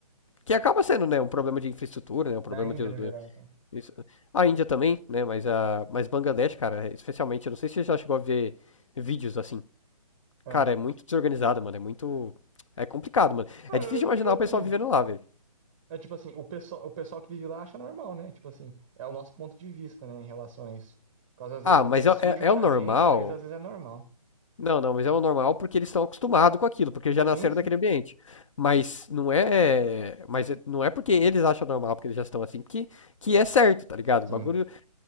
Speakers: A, on the left; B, on the right.
A: Que acaba sendo, né? Um problema de infraestrutura, né? Um problema
B: Na Índia,
A: de.
B: no
A: do-
B: geral, então.
A: isso. A Índia também, né? Mas, a, mas Bangladesh, cara, especialmente. Eu não sei se você já chegou a ver vídeos assim.
B: É.
A: Cara, é muito desorganizado, mano. É muito. É complicado, mano.
B: Ah,
A: É difícil de
B: é,
A: imaginar
B: tipo assim.
A: o pessoal vivendo lá, velho.
B: É tipo assim, o pessoal, o pessoal que vive lá acha normal, né? Tipo assim, é o nosso ponto de vista, né, em relação a isso. Por causa, às
A: Ah,
B: vezes, o
A: mas
B: que é
A: é,
B: sujo
A: é-
B: pra
A: é o normal
B: gente, pra eles às vezes é normal.
A: Não, não, mas é o normal porque eles estão acostumados com aquilo, porque já
B: Sim,
A: nasceram
B: sim,
A: naquele ambiente. Mas não é, mas é- não é porque eles acham normal, porque eles já estão assim, que, que é certo, tá ligado? O
B: sim.
A: bagulho